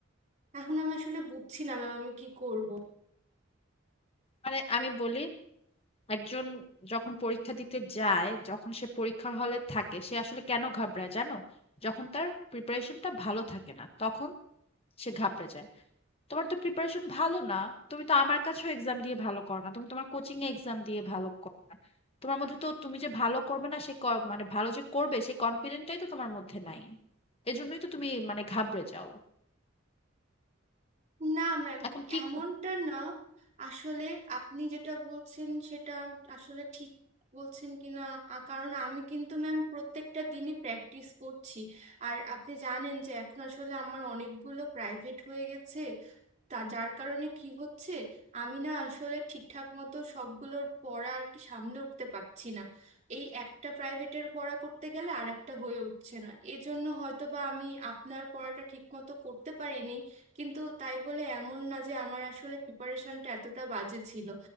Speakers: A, on the right; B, on the left.
A: এখন আমি আসলে বুঝছি না ম্যাম আমি কি করব
B: মানে আমি বলি একজন যখন পরীক্ষা দিতে যায় যখন সে পরীক্ষার হলে থাকে সে আসলে কেন ঘাবড়ায় জানো যখন তার প্রিপারেশনটা ভালো থাকে না তখন সে ঘাবড়ে যায় তোমার তো প্রিপারেশন ভালো না তুমি তো আমার কাছেও এক্সাম দিয়ে ভালো করো না তুমি তোমার কোচিং এ এক্সাম দিয়ে ভালো করো না তোমার মধ্যে তো তুমি যে ভালো করবে না সেই ক- মানে ভালো যে করবে সেই কনফিডেন্টটাই তো তোমার মধ্যে নাই এজন্যই তো তুমি মানে ঘাবড়ে যাও
A: না ম্যাম
B: এখন কি
A: এমনটা
B: কু-
A: না আসলে আপনি যেটা বলছেন সেটা আসলে ঠিক বলছেন কিনা কারণ আমি কিন্তু ম্যাম প্রত্যেকটা দিনই প্র্যাকটিস করছি আর আপনি জানেন যে এখন আসলে আমার অনেকগুলো প্রাইভেট হয়ে গেছে তা যার কারণে কি হচ্ছে আমি না আসলে ঠিকঠাক মতো সবগুলোর পড়া আর কি সামলে উঠতে পারছি না এই একটা প্রাইভেটের পড়া করতে গেলে আর একটা হয়ে উঠছে না এজন্য হয়তো বা আমি আপনার পড়াটা ঠিক মতো করতে পারিনি কিন্তু তাই বলে এমন না যে আমার আসলে প্রিপারেশনটা এতটা বাজে ছিল